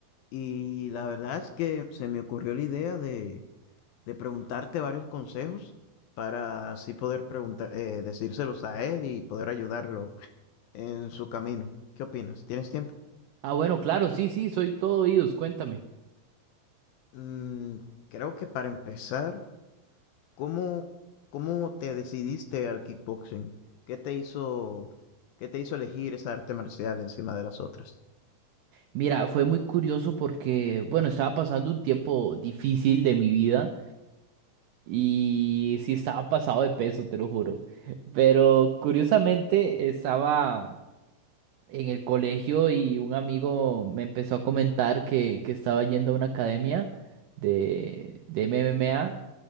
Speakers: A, on the left; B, on the right.
A: Y la verdad es que se me ocurrió la idea de, de preguntarte varios consejos para así poder preguntar, eh, decírselos a él y poder ayudarlo en su camino. ¿Qué opinas? ¿Tienes tiempo?
B: Ah, bueno, claro, sí, sí, soy todo oídos, cuéntame.
A: Mm, creo que para empezar. ¿Cómo, cómo te decidiste al kickboxing? ¿Qué te hizo, qué te hizo elegir esa arte marcial encima de las otras?
B: Mira, fue muy curioso porque, bueno, estaba pasando un tiempo difícil de mi vida y sí estaba pasado de peso, te lo juro. Pero curiosamente estaba en el colegio y un amigo me empezó a comentar que, que estaba yendo a una academia de, de MMA